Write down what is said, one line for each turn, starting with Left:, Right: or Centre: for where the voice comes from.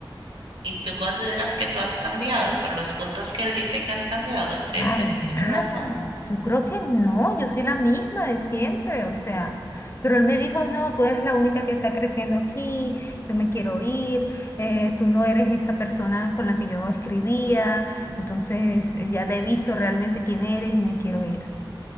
Right: y tú consideras que tú has cambiado por los puntos que él dice que has cambiado? ¿Crees
Left: Para
Right: que tiene
Left: nada.
Right: razón?
Left: Yo creo que no, yo soy la misma de siempre, o sea. Pero él me dijo, no, tú eres la única que está creciendo aquí, yo me quiero ir, eh, tú no eres esa persona con la que yo escribía, entonces eh, ya te he visto realmente quién eres y me quiero ir.